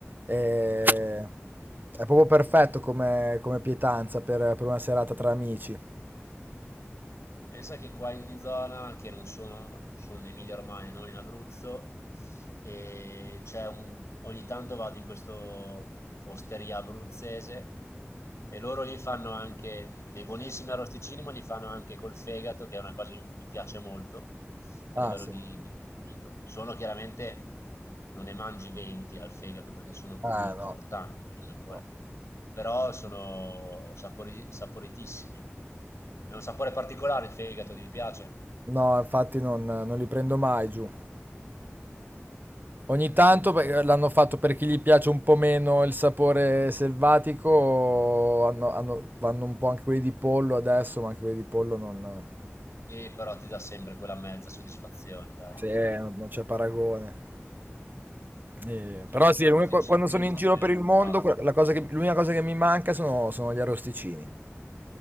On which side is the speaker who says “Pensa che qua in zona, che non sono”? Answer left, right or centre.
Left